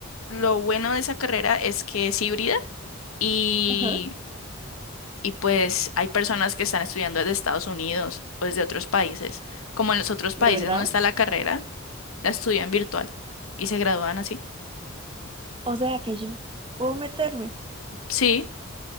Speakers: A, on the left; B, on the right.
A: lo bueno de esa carrera es que es híbrida y,
B: Ajá,
A: y pues hay personas que están estudiando desde Estados Unidos o desde otros países. Como en los otros
B: ¿de
A: países
B: verdad?
A: no está la carrera, la estudian virtual y se gradúan así.
B: O sea que yo puedo meterme.
A: Sí,